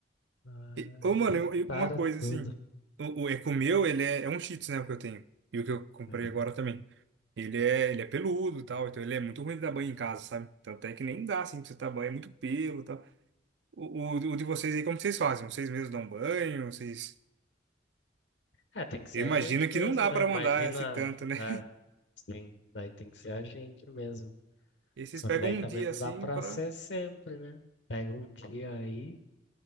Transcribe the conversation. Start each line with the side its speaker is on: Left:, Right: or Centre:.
Left: Ah,
Right: E, ô,
Left: arrebentaram
Right: mano, eu- eu- uma coisa
Left: tudo.
Right: assim, o, o Eco meu, ele é, é um Shih Tzu, né, o que eu tenho. E o que eu comprei
Left: Aham.
Right: agora também. Ele é, ele é peludo e tal, então ele é muito ruim de dar banho em casa, sabe? Então até que nem dá, assim, pra você dar banho, é muito pelo e tal. O, o, o de vocês aí, como que vocês fazem? Vocês mesmos dão banho? Vocês...
Left: É, tem que ser
Right: Eu
Left: a
Right: imagino
Left: gente
Right: que
Left: mesmo,
Right: não dá
Left: né?
Right: pra
Left: Imagina.
Right: mandar esse tanto, né?
Left: É,
Right: <laughs>
Left: sim, daí tem que ser a gente mesmo.
Right: E vocês
Left: Só
Right: pegam
Left: que daí
Right: um
Left: também
Right: dia,
Left: não
Right: assim,
Left: dá pra
Right: pra...
Left: ser sempre, né? Pega um dia aí,